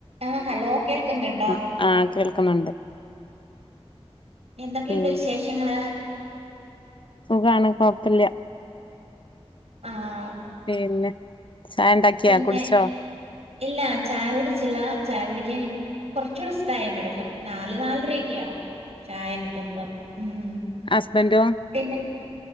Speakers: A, on the right (about 80°); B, on the left (about 50°).
A: ആഹ് hello കേൾക്കുന്നൊണ്ടോ
B: ആഹ് ആഹ് കേൾക്കുന്നൊണ്ട്
A: എന്തൊക്കെയുണ്ട്
B: പിന്നെ
A: വിശേഷങ്ങള്
B: സുഖാണ് കൊഴപ്പല്ല്യ
A: ആഹ്
B: പിന്നെ ചായ ഒണ്ടാക്കിയോ
A: പിന്നെ
B: കുടിച്ചോ
A: ഇല്ല ചായ കുടിച്ചില്ല ചായ കുടിക്കാന് കൊറച്ചൂടെ സ് റ്റൈമെടുക്കും നാല് നാലരയൊക്കെ ആവും ചായ കിട്ടുമ്പോ ഉം
B: ഹസ്ബന്റോഡ
A: പിന്നെ